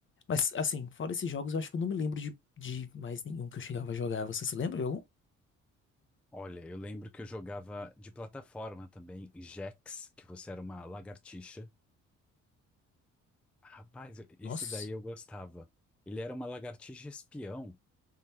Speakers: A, on the left; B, in the centre.
A: Mas, assim, fora esses jogos, eu acho que eu não me lembro de, de mais nenhum que eu chegava a jogar. Você se lembra de algum?
B: Olha, eu lembro que eu jogava de plataforma também, Jax, que você era uma lagartixa. Rapaz, esse
A: Nossa.
B: daí eu gostava. Ele era uma lagartixa espião